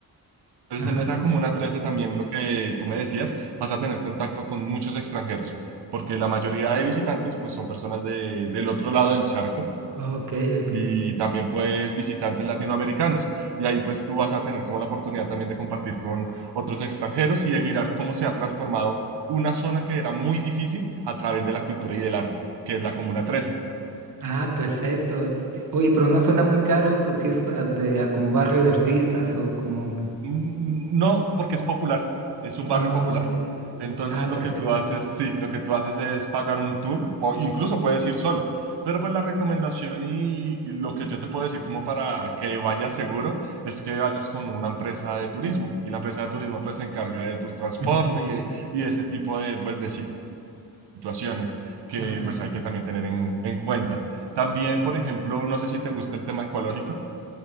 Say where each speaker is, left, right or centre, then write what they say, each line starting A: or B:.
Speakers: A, on the right; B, on the right.
A: Entonces,
B: ajá.
A: en esa Comuna 13 también lo que tú me decías, vas a tener contacto con muchos extranjeros, porque la mayoría de visitantes pues son personas de- del otro lado del charco
B: Ok, ok.
A: y también pues visitantes latinoamericanos. Y ahí pues tú vas a tener como la oportunidad también de compartir con otros extranjeros y de mirar cómo se ha transformado una zona que era muy difícil a través de la cultura y del arte, que es la Comuna 13.
B: Ah, perfecto. Eh, oye, pero no suena muy caro co- si es ah, de ah, como barrio de artistas o como.
A: Mm, No, porque es popular, es un
B: Ah,
A: barrio popular.
B: ok.
A: Entonces
B: Ah,
A: lo
B: perfecto.
A: que tú haces, sí, lo que tú haces es pagar un tour, o incluso puedes ir solo, pero pues la recomendación y lo que yo te puedo decir como para que vayas seguro es que vayas con una empresa de turismo y la empresa de turismo pues se encarga de tus transportes
B: Ujú,
A: y, y ese tipo de, pues, de situaciones que
B: Ajá.
A: pues hay que también tener en, en cuenta. También, por ejemplo, no sé si te gusta el tema ecológico,